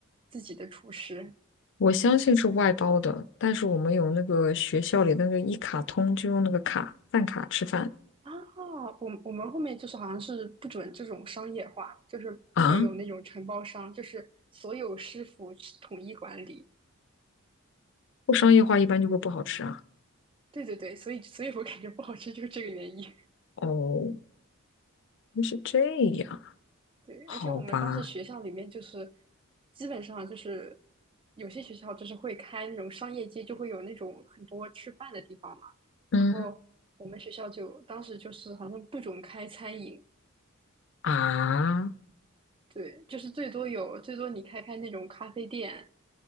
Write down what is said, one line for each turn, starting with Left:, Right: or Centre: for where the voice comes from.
Right: 自己的厨师
Left: 我相信是外包的，但是我们有那个学校里那个一卡通，就用那个卡饭卡吃饭
Right: 啊？我我们后面就是好像是不准这种商业化，就是不准有那种承包商，
Left: 啊，
Right: 就是所有师傅统一管理。
Left: 不商业化一般就会不好吃啊。
Right: 对对对，所以所以我感觉不好吃就是这个原因。
Left: 哦，原来是这样，
Right: 对，
Left: 好吧，
Right: 而且我们当时学校里面就是基本上就是有些学校就是会开那种商业街，就会有那种很多吃饭的地方嘛。
Left: 嗯
Right: 然后我们学校就当时就是好像不准开餐饮，
Left: 啊，
Right: 对，就是最多有最多你开开那种咖啡店，